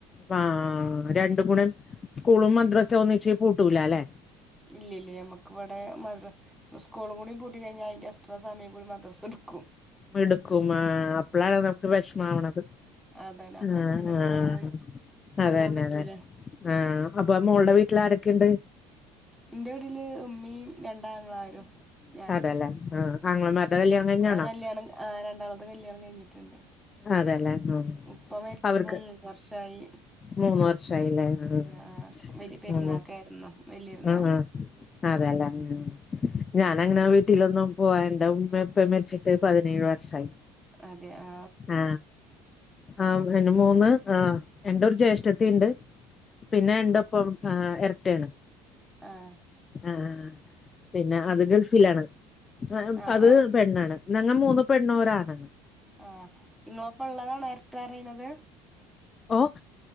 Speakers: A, on the left; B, in the centre.
A: പാ രണ്ടു ഗുണം സ്കൂളും മദ്രസേ ഒന്നിച്ച് പൂട്ടൂലല്ലേ?
B: ഇല്ല ഇല്ല. ഞമ്മെക്കെവെടെ മദ്ര സ്കൂളും കൂടി പൂ പൂട്ടികഴ്ഞ്ഞാ അതിന്റെ എക്‌സ്ട്രാ സമയം കൂടി മദ്രസെടും.
A: എടുക്കും. ആ അപ്പളാണ് നമ്മെക്ക് വിഷമാവണത്.
B: അതാണ് അപ്പൊ
A: ആഹ്
B: നമുക്ക് ഇങ്ങനെ
A: ആഹ്
B: പോയി പോരാൻ
A: അതന്നെ
B: പറ്റൂല
A: അതന്നെ. ആ, അപ്പൊ മോള്ടെ വീട്ടിലാരൊക്കേണ്ട്?
B: ഇന്റെ വീടില് ഉമ്മീ രണ്ടാങ്ങളാരും ഞാനും
A: അതെല്ലേ ആഹ് ആങ്ങളമാരുടെ കല്യാണം കഴിഞ്ഞാണോ?
B: ആ കല്യാണം, ആ <unintelligible> കല്യാണം കഴിഞ്ഞിട്ടുണ്ട്
A: അതെല്ലേ ഉം
B: ഉപ്പ മരിച്ചിട്ട്പ്പോ
A: അവർക്ക്
B: മൂന്നുവർഷായി
A: മൂന്ന് വർഷായില്ലേ ഉം
B: ആ വലിയപെരുന്നാക്കായിരുന്നു,
A: ഉം
B: <unintelligible>
A: ഉം ഉം <unintelligible> ഞാനങ്ങനെ വീട്ടിലൊന്നും പോവാ <unintelligible> ഉമ്മേം ഉപ്പേം മരിച്ചിട്ട് പതിനേഴ് വർഷായി
B: അതെ, അ
A: ആ, ആ, എന്റെ മൂന്ന്, എൻ്റെ ഒരു ജേഷ്ഠത്തീണ്ട് പിന്നെ, എൻ്റൊപ്പം ഇരട്ടയാണ്
B: അഹ്‌
A: ആഹ് പിന്നെ അത് ഗൾഫിലാണ് ഉം ‌
B: ആഹ്
A: അത്
B: ആഹ്
A: പെണ്ണാണ് ഞങ്ങ മൂന്നു പെണ്ണും ഒരാണുവാണ്
B: ആഹ് <unintelligible> നേരിട്ടറീണത്?
A: ഓക്